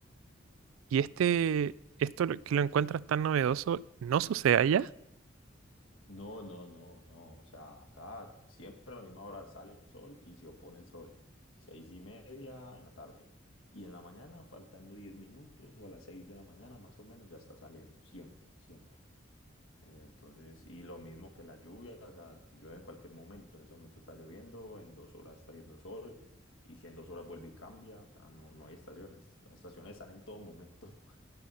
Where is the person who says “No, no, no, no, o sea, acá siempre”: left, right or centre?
Left